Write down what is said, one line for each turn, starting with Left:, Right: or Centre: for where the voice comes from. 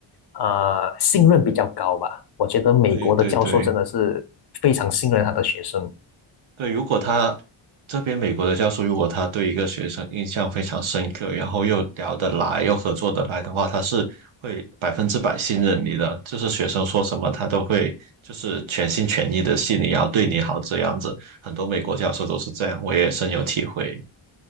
Left: 呃信任比较高吧，我觉得美国的教授真的是非常信任他的学生。
Right: 对对对。对，如果他这边美国的教授，如果他对一个学生印象非常深刻，然后又聊得来，又合作得来的话，他是会百分之百信任你的，就是学生说什么他都会就是全心全意的信你，然后对你好这样子。很多美国教授都是这样，我也深有体会。